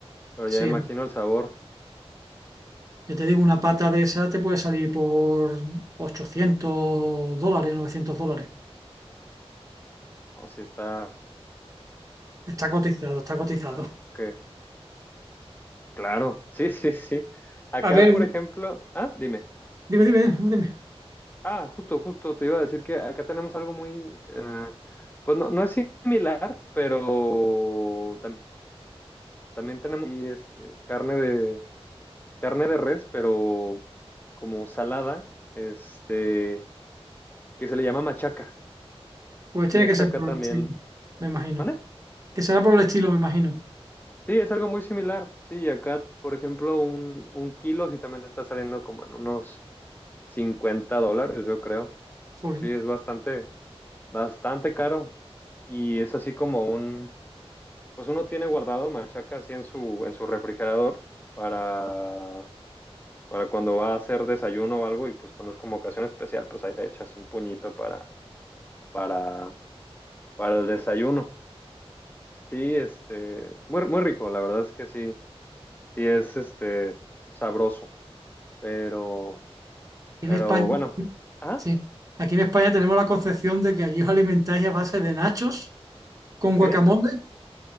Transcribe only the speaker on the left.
pero
ya imagino el sabor,
o si está...
Ah, ok, claro, sí, sí, sí. Acá,
por ejemplo, ah, dime.
Ah, justo, justo, te iba a decir que acá tenemos algo muy, eh, pues no, no es similar, pero tam- también tenemos y, este, carne de, carne de res, pero como salada, este, que se le llama machaca.
Y esta
acá
también,
¿vale?
Sí, es algo muy similar. Sí, acá, por ejemplo, un, un kilo sí también te está saliendo como en unos 50 dólares, yo creo.
Sí, es bastante, bastante caro. Y es así como un, pues uno tiene guardado machaca así en su, en su refrigerador para, para cuando va a hacer desayuno o algo, y pues cuando es como ocasión especial, pues ahí le echas un puñito para, para, para el desayuno. Sí, este, muy, muy rico, la verdad es que sí, sí es este sabroso. Pero,
pero
bueno, ah,
ok.